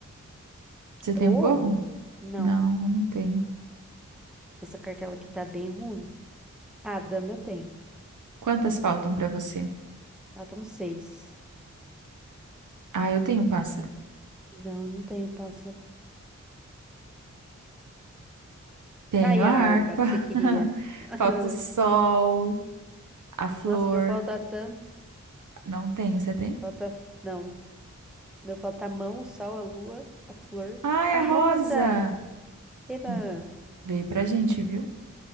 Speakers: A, on the right; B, in the centre.
A: Você
B: um
A: tem
B: Gorro?
A: um gorro?
B: Não,
A: Não, eu não tenho.
B: essa cartela aqui tá bem ruim. Ah, dama eu tenho.
A: Quantas faltam pra você?
B: Ela tá um seis.
A: Ah, eu tenho um pássaro.
B: Não, eu não tenho pássaro.
A: Tenho
B: Ai,
A: a
B: a
A: harpa.
B: harpa que você queria.
A: <laughs>
B: <laughs>
A: Falta o sol, a flor.
B: Nossa, meu falta tanto.
A: Não tenho. Você tem?
B: Falta. f- Não. Meu falta a mão, o sol, a lua, a flor.
A: Ai,
B: A
A: a
B: rosa!
A: rosa.
B: Eba!
A: Hum, Veio pra gente, viu?